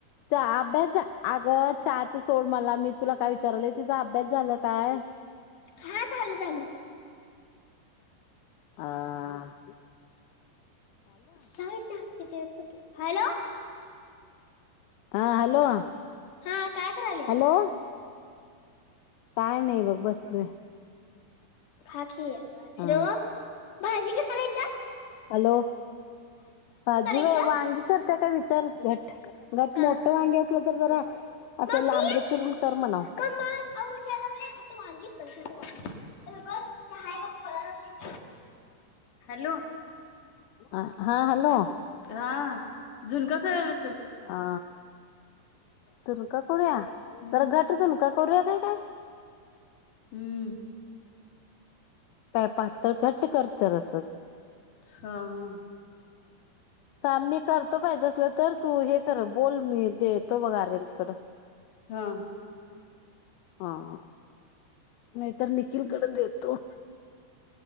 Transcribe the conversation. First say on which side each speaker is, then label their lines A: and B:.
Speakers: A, on the left (about 80°); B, on the left (about 55°).
A: चहा अभ्यास अगं चहाचं सोड मला मी तुला काय विचारालोय तुझा अभ्यास झाला काय?
B: हा झालं झालं
A: आ...
B: <unintelligible> हॅलो.
A: हा हॅलो
B: हा काय करायल्या
A: हॅलो. काय नाही बघ बसलोय.
B: खा की हॅलो
A: ह
B: भाजी <unintelligible> चलायचं
A: हॅलो भाजी
B: करायचं
A: व्हय वांग करत्यात. काय विचार <unintelligible>
B: हा
A: <inaudible> मोठ वांगी असलं तर जरा
B: हा मम्मी
A: लांबड चिरून कर म्हणाव.
B: मम्मा अहो विचारायला लागले तू वांगी कर तू वांगी तर बघ ते हाय बघ पोराला हॅलो.
A: अ हा हॅलो.
B: हा झुणका कर.
A: हा. झुणका. करूया
B: हम्म
A: जरा घट्टच का करूया काय काय? <unintelligible>
B: हम्म.
A: काय पातळ घट्ट कर जरासं.
B: अच्छा. <unintelligible>
A: काम मी करतो पाहिजे असल तर तू हे कर बोल मी देतो बघ आर्यनकडं.
B: हा
A: <unintelligible> नाहीतर निखिलकडे देतो.